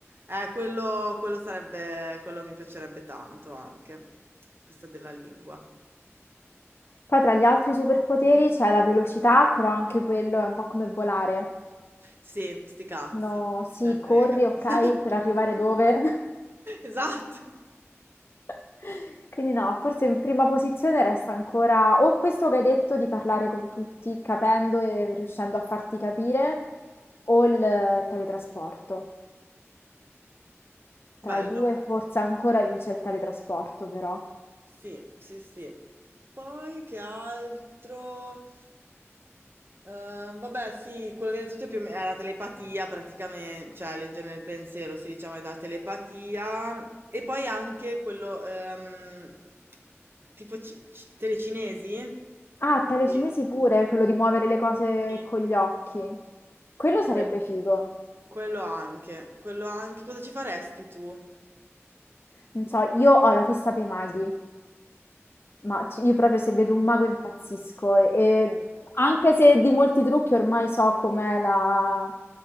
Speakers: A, on the right (about 50°); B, on the left (about 50°).
A: Eh, quello, quello sarebbe, quello mi piacerebbe tanto anche, questa della lingua.
B: Poi tra gli altri superpoteri
A: Mhm.
B: c'è la velocità, però anche quello è un po' come volare.
A: Sì, sti cazzi,
B: No, sì,
A: chi se ne
B: corri,
A: frega.
B: ok,
A: <laughs>
B: per arrivare dove?
A: Esatto,
B: <laughs> Quindi no, forse in prima posizione resta ancora o questo che hai detto di parlare con tutti, capendo e riuscendo a farti capire, o il teletrasporto. Tra
A: bello.
B: i due forse ancora vince il teletrasporto, però.
A: Sì, sì, sì. Poi che altro? Ehm, vabbè, sì, quello che hai detto tu è più o me- è la telepatia, praticamente, cioè leggere nel pensiero, si diciamo, è la telepatia. E poi anche quello, ehm, tipo ci- ci- telecinesi,
B: Ah,
A: quindi,
B: telecinesi pure, quello di muovere le cose
A: sì,
B: con gli occhi. Quello sarebbe
A: que-
B: figo.
A: quello anche, quello anche. Cosa ci faresti tu?
B: Non so, io ho la fissa per i maghi, ma c- io proprio se vedo un mago impazzisco. E, e anche se di molti trucchi ormai so com'è la,